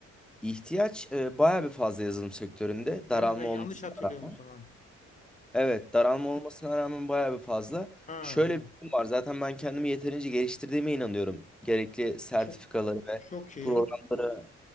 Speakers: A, in the centre; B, on the left (about 25°).
A: İhtiyaç e, bayağı bir fazla yazılım sektöründe.
B: Öyle
A: Daralma
B: mi? Ben yanlış
A: olmasına
B: hatırlıyorum
A: rağmen.
B: o zaman.
A: Evet, daralma olmasına rağmen bayağı bir fazla.
B: Ha,
A: Şöyle
B: ha.
A: bir durum var. Zaten ben kendimi yeterince geliştirdiğime inanıyorum. Gerekli sertifikaları
B: çok
A: ve
B: çok iyi.
A: programları